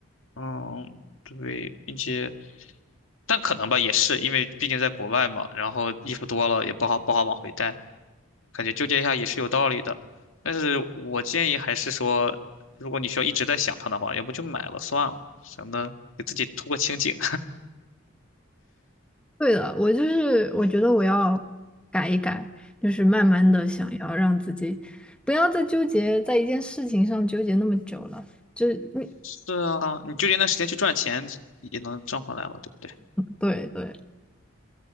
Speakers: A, on the left (about 80°); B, in the centre.
A: 嗯，对，并且，但可能吧，也是因为毕竟在国外嘛，然后衣服多了也不好不好往回带，感觉纠结一下也是有道理的，但是我建议还是说，如果你需要一直在想它的话，要不就买了算了，省得给自己图个清静。
B: 对的，我就是我觉得我要改一改，就是慢慢的想要让自己不要再纠结在一件事情上纠结那么久了。就你
A: 是啊，你就连那时间去赚钱也能挣回来嘛，对不对？
B: 对对。